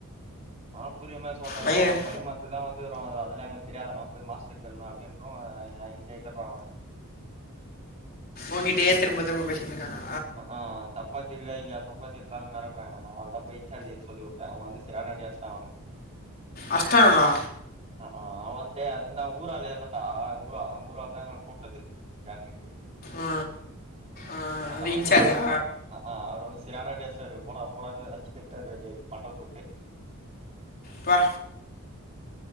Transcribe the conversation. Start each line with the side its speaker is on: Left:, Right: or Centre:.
Right: ஆ புரியமா சொல்றேன்னா
Left: பையன்
Right: உனக்கு பரிமாத் இதா வந்துறோ அது அதுல எங்களுக்கு தெரியாத நா போய் மாஸ்டர் கேளுன்னா அப்படின்றோ ஆ கேக்குறா அவ
Left: உங்கிட்டே திரும்ப திரும்ப பேச என்னக்கணா
Right: அ ஆ சப்பாத்திருக்கா இல்லையா சப்பாத்திருதாலு மெரட்டுறாங்க நா அவளதா போய் இஞ்சார்ச் சொல்லி விட்டே வந்து சிராடிாச்ச்டா அவனு
Left: அஸ்ட்டாங்களா
Right: அ ஆ அது வந்து அது வந்து ஊரால் எழுடா ஊ ரா அங்க ஊரால் தா கூப்ட்டது கேட்ரிங்க்கு
Left: அ ஆ அந்த
Right: அங்க
Left: இன்சார்ஜா
Right: ஊர் ஆள்தா போள்தா அ ஆ அவர் வந்து சிரான அடி அடிச்சுட்டாரு போட போடான் அடிச்சு திட்டாரு வெ பண்டலத்துட்டு
Left: பா